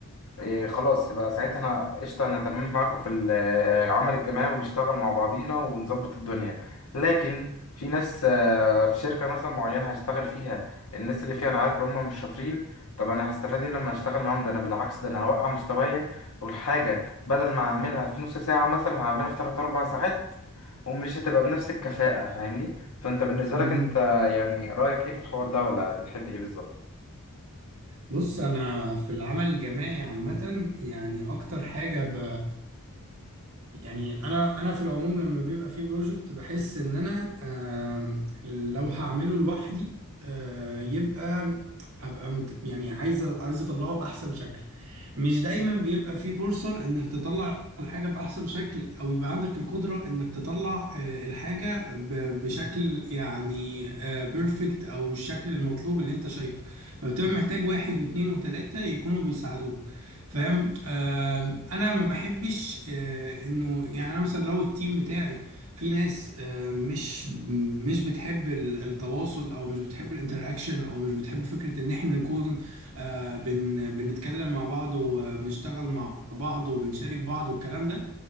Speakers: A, on the left; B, on the right.
A: إيه خلاص بقى ساعتها انا قشطه انا تمام معاكم في العمل الجماعي ونشتغل مع بعضينا ونظبط الدنيا لكن في ناس آه، في شركه مثلا معينه هشتغل فيها الناس اللي فيها انا عارف ان هم مش شاطرين طب انا هستفاد ايه لما هشتغل معاهم ده انا بالعكس ده انا هوقع مستوايا والحاجه بدل ما هعملها في نص ساعه مثلا هعملها في 3 4 ساعات ومش هتبقى بنفس الكفاءه فاهمني فانت بالنسبه
B: مم.
A: لك انت يعني رايك ايه في الحوار ده ولا بتحب ايه بالظبط
B: بص انا في العمل الجماعي عامه يعني اكتر حاجه ب... يعني انا انا في العموم لما بيبقى في بروجكت بحس ان انا آم، لو هعمله لوحدي آه، يبقى هبقى مت- يعني عايز عايز اطلعه باحسن شكل مش دايما بيبقى في فرصة انك تطلع الحاجة باحسن شكل او يبقى عندك القدرة انك تطلع آه، الحاجة ب- بشكل يعني بيرفكت او الشكل المطلوب اللي انت شايفه فبتبقى محتاج واحد واثنين وثلاثة يكونوا بيساعدوك فاهم آم، انا ما بحبش آه، انه يعني انا مثلا لو التيم بتاعي في ناس آه، مش مش بتحب ال- التواصل او مش بتحب الانتراكشن او مش بتحب فكرة ان احنا نكون آه، بن بنتكلم مع بعض وبنشتغل مع بعض وبنشارك بعض والكلام ده